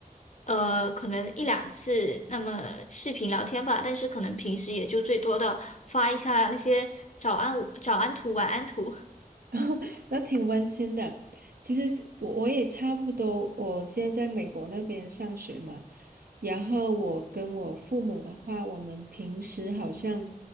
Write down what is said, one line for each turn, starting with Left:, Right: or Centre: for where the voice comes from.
Left: 呃，可能一两次那么视频聊天吧，但是可能平时也就最多的发一下那些早安午早安图、晚安图。<laughs>
Right: <laughs> 那挺温馨的。其实是我我也差不多，我现在在美国那边上学嘛，然后我跟我父母的话，我们平时好像